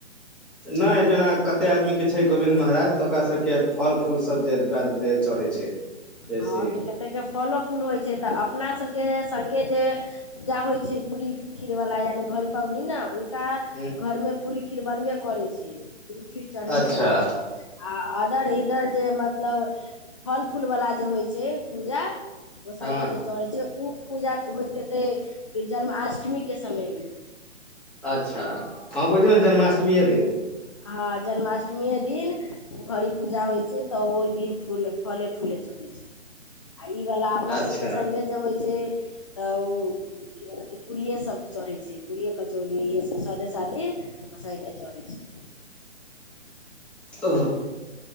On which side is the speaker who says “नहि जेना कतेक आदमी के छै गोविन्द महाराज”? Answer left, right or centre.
Centre